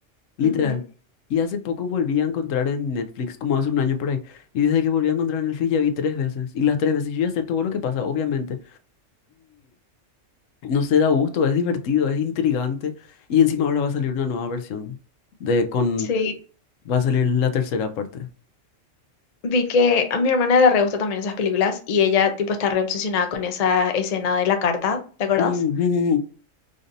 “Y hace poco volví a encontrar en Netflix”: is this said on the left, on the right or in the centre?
Left